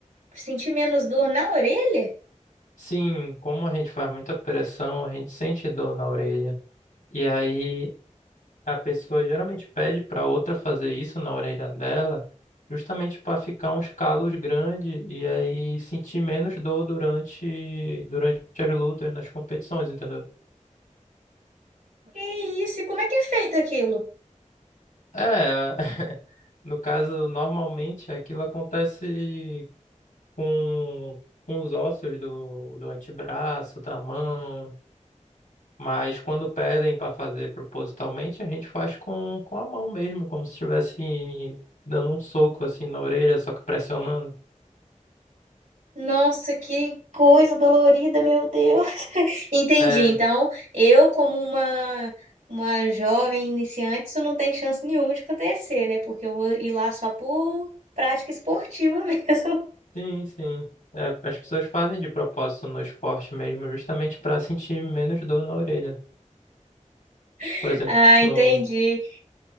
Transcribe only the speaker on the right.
Sentir menos dor na orelha?
Que isso? E como é que é feito aquilo?
Nossa, que coisa dolorida, meu Deus. <laughs> Entendi.
Então, eu, como uma, uma jovem iniciante, isso não tem chance nenhuma de acontecer, né? Porque eu vou ir lá só por prática esportiva mesmo.
<laughs>
Ah, entendi.